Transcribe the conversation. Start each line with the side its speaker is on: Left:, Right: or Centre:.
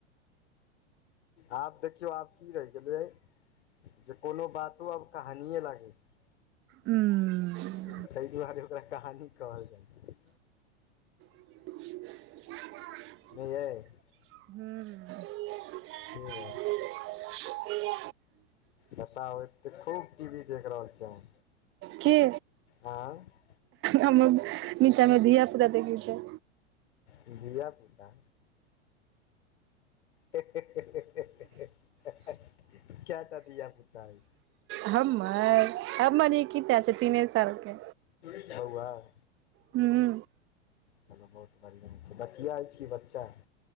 Left: आ देखियौ आब की रहहि गेले जे कोनो बातो आब कहानियए लागैत छै
Right: उंम्म
Left: ताहि दुआरे ओकरा कहानी कहल जाइ छै
Right: <unintelligible>
Left: नहि
Right: हू
Left: यै बताउ ऐते खूब टी वी देख रहल छी आहाँ
Right: के
Left: आँ
Right: हमर निचामे धियापुता देखैत छै
Left: धियापुता <unintelligible> क्या टा धिया पुता यो
Right: हमर हमर ई की टा छै तीने सालके
Left: हवा <unintelligible>
Right: हू
Left: कहलहु बहुत बढ़िआँ छै बचिआइ छै कि बच्चा